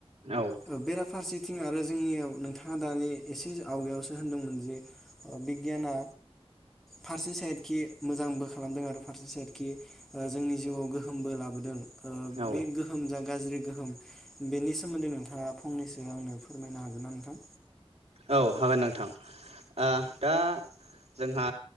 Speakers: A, on the right; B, in the centre.
A: औ
B: ओ बेराफारसे थिं आरो जोंनियाव नोंथाङा दानि एसे आवगायावसो होनदोंमोन जे बिगियाना फारसे साइडखि मोजांबो खालामदों आरो फारसे साइडखि ओ जोंनि जिउआव गोहोमबो लाबोदों। ओ
A: औ
B: बे गोहोम जा गाज्रि गोहोम बेनि सोमोन्दै नोंथाङा फंनैसो आंनो फोरमायनो हागोन ना नोंथां?
A: औ हागोन नोंथां ओ दा जोंहा